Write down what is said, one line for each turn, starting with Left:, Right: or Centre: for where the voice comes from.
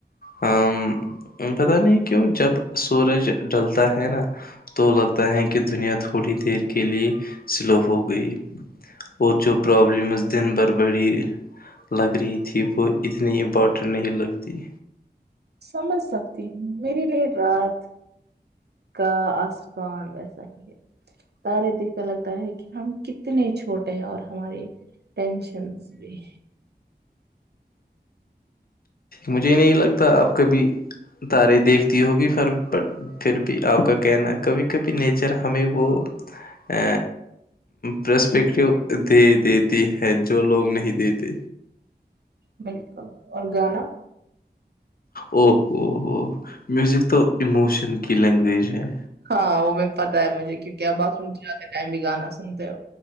Left: ہ پتہ نہیں کیوں جب سورج ڈلتا ہے نا تو لگتا ہے کہ دنیا تھوڑی دیر کے لیے سلو ہو گئی اور جو برابلمز دن بھر بڑی لگ رہ تھی وہ اتنی امپورٹینٹ نہیں لگتی
Right: سمج سکتی ہوں میرے لیے رات کا آسمان ویسا ہی ہے تارے دیکھنے لگتا ہے کہ ہم کتنے چھوٹے ہیں اور ہماری ٹینشن بھی
Left: مجھے نہیں لگتا آپ کبھی تارے دیکھتی ہوگیر بٹ پھر بھی آپ کا کہنا کبھی کبھی نیچر ہمیں وہ ا پرسپیکٹیو دے دیتی ہے جو لوگ نہیں دیتے
Right: بالکل اور گانا
Left: اوو ہوو میوزک تو اموشن کی لینگویج ہے
Right: ہاں وہ بھی پتتا ہے مجھے کیکہ باس رومے ٹائم بھی گانا سنند ہو